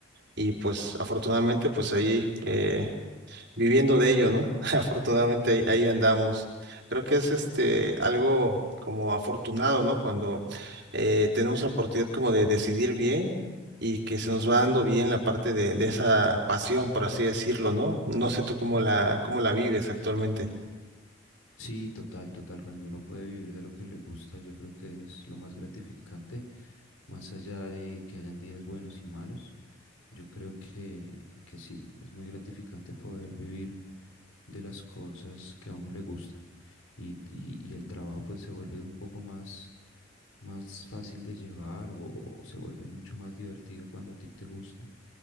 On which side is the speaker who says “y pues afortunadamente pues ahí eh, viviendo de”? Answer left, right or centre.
Right